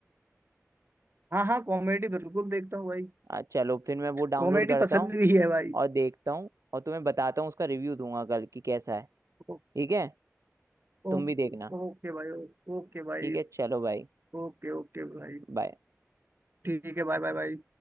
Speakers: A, on the right; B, on the right.
A: हाँ हाँ, कॉमेडी बिल्कुल देखता हूँ भाई
B: आ, चलो फिर मैं वो डाउनलोड
A: कॉमेडी
B: करता
A: पसंद
B: हूँ
A: भी है भाई
B: और देखता हूँ और तुम्हें बताता हूँ उसका रिव्यू दूंगा कल की कैसा है
A: ओ-
B: ठीक है तुम
A: ओ-
B: भी देखना
A: ओके भाई ओ- ओके भाई
B: ठीक है चलो भाई
A: ओके ओके भाई
B: बाय
A: ठीक है बाय बाय भाई